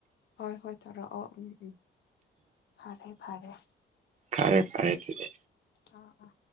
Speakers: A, on the left; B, on the right.
A: ꯍꯣꯏ ꯍꯣꯏ ꯇꯧꯔꯣꯑꯣ ꯎꯝ ꯎꯝ ꯐꯔꯦ ꯐꯔꯦ
B: ꯐꯔꯦ ꯐꯔꯦ ꯑꯗꯨꯗꯤ
A: ꯑꯥ ꯑꯥ